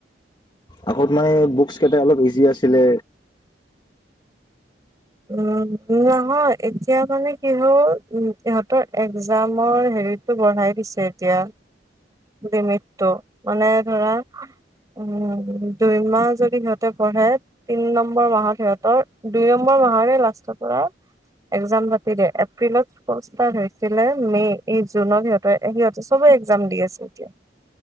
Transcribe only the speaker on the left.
আগত মানে বুকচ কেইটা অলপ ইজি আছিলে।